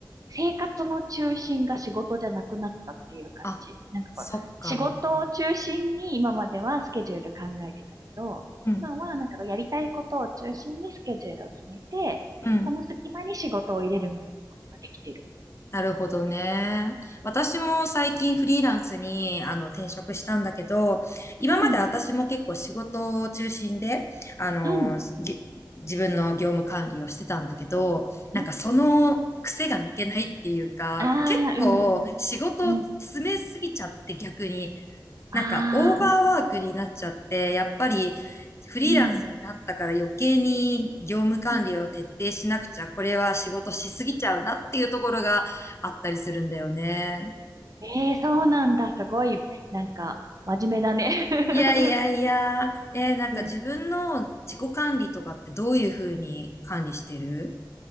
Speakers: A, on the right (about 50°); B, on the left (about 35°).
A: 生活の中心が仕事じゃなくなったっていう感じ。
B: あ、
A: なんかこう、
B: そっか。
A: 仕事を中心に今まではスケジュール考えてたけど、
B: うん、
A: 今はなんかやりたいことを中心にスケジュールを決めて、
B: うん。
A: その隙間に仕事を入れるみたいなことができてる。
B: なるほどね。私も最近フリーランスにあの転職したんだけど、今まで私も結構仕事を中心で、
A: うん、
B: あの、
A: うん、
B: ぎ自分の業務管理をしてたんだけど、なんかその癖が抜けないっていうか、
A: うん。ああ、
B: 結構仕事を詰めすぎちゃって逆に
A: うん、うん。うん
B: なんかオーバーワークになっちゃって、
A: ああ、
B: やっぱりフリーランスになったから余計に業務管理を徹底しなくちゃ、
A: うん。うん
B: これは仕事しすぎちゃうなっていうところがあったりするんだよね。
A: ええーそうなんだ。すごい、なんか、真面目だね。<laughs>
B: いやいやいや、えーなんか自分の自己管理とかってどういうふうに管理してる
A: うん。